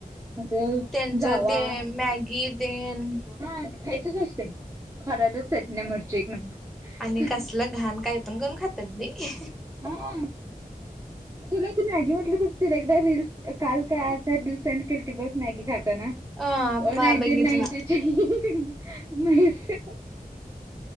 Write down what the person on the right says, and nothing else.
असे
जावा
हा,
ते खायचच असते. <unintelligible>
हा. मी तुला ती मॅगी म्हटली बघतली बग तिला एकदा रील्स काल काय आ सेंड केलती बघ मॅगी खाताना
हो, नाईन्टीन
नाईनटीची हं हं हं..